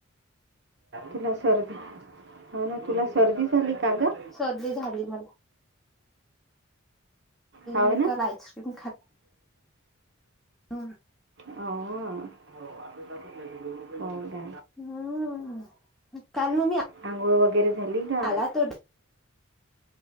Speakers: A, on the right; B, in the centre.
A: तुला सर्दी हो ना तुला सर्दी झाली का ग?
B: सर्दी झाली मला.
A: होव
B: मी
A: ना
B: काल आईस्क्रीम ह
A: हो हो का
B: हम्म काल मग मी
A: आंघोळ वगैरे झाली का?
B: आला तो